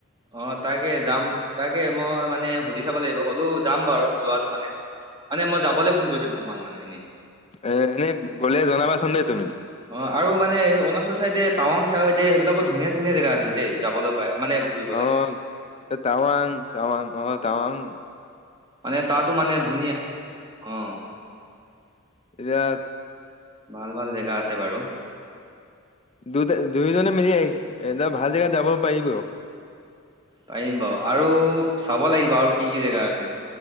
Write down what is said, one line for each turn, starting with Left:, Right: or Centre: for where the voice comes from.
Right: অ তাকে যাম তাকে মই মানে সুধি চাব লাগিব হ'লেও যাম বাৰু যোৱাটো মানে মানে মই যাবলৈ ফোন কৰিছিলো তোমাক মানে এনে
Left: এ এনেই গ'লে জনাবাচোন দেই তুমি।
Right: অ আৰু মানে অৰুণাচল চাইদে টাৱাং চাইদে সেইবিলাকো ধুনীয়া ধুনীয়া জেগা আছিল দেই যাবলৈ। পাই মানে ঘূৰিবলে
Left: অ তাৱাং, তাৱাং, অ তাৱাং।
Right: মানে তাতো মানে ধুনীয়া অ
Left: এতিয়া
Right: ভাল ভাল জেগা আছে বাৰু।
Left: দুটা দুয়োজনে মিলি এ ভাল জেগাত যাব পাৰিবি কহ।
Right: পাৰিম বাৰু আৰু চাব লাগিব আৰু কি কি জেগা আছে।